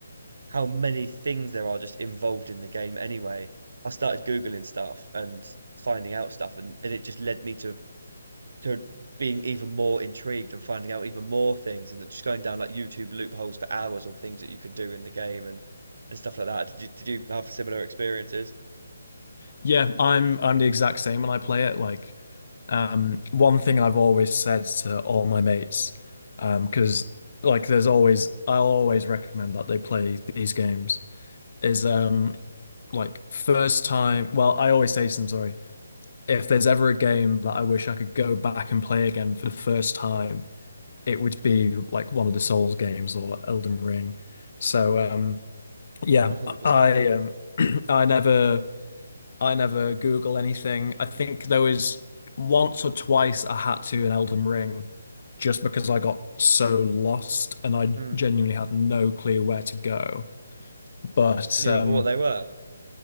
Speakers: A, on the right (about 55°); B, on the left (about 45°).
A: how many things there are just involved in the game. Anyway, I started googling stuff and finding out stuff, and, and it just led me to to being even more intrigued and finding out even more things, and just going down like YouTube loopholes for hours on things that you could do in the game and and stuff like that. Did you did you have similar experiences?
B: yeah I'm I'm the exact same when I play it like um one thing I've always said to all my mates um because like there's always I'll always recommend that they play these games is um like first time well I always say to them sorry if there's ever a game that I wish I could go back and play again for the first time it would be like one of the Souls games or Elden Ring. So um yeah,
A: One hundred percent.
B: I um <clears throat> I never I never Google anything. I think there was once or twice I had to in Elden Ring just because I got so lost and I
A: Mm.
B: genuinely had no clue where to go. But
A: Do you
B: um
A: remember what they were?